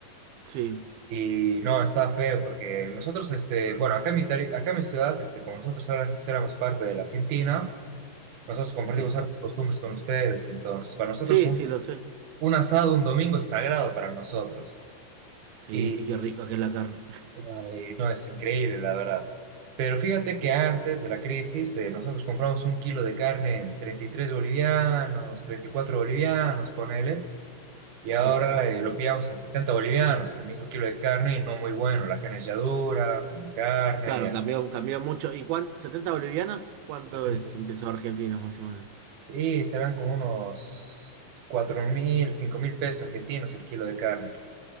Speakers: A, on the right (about 85°); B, on the right (about 65°).
A: Sí,
B: y no, estaba feo porque nosotros, este, bueno, acá en mi, tari- acá en mi ciudad, este, como nosotros antes éramos parte de la Argentina, nosotros compartimos
A: sí.
B: hartas costumbres con ustedes, entonces para nosotros
A: Sí,
B: un,
A: sí, lo sé.
B: un asado un domingo es sagrado para nosotros,
A: Sí,
B: y,
A: y qué rica que es la carne. <laughs>
B: ay, no, es increíble, la verdad. Pero fíjate que antes de la crisis, eh, nosotros compramos un kilo de carne en 33 bolivianos, 34 bolivianos, ponele. Y ahora
A: Sí,
B: eh, lo pillamos en 70 bolivianos, el mismo kilo de carne y no muy bueno. La carne ya dura, con carne,
A: claro,
B: ya
A: cambió, cambió mucho. ¿Y cuánto? Setenta bolivianas? ¿Cuánto
B: 70.
A: es? Empezó Argentina, más o menos.
B: Y serán como unos cuatro mil, cinco mil pesos argentinos el kilo de carne.